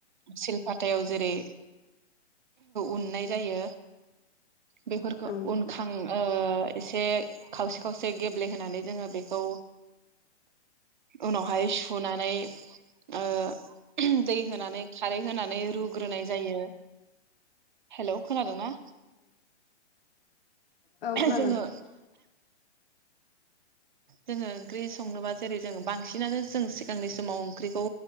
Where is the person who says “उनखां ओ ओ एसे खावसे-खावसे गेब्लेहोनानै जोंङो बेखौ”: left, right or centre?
Right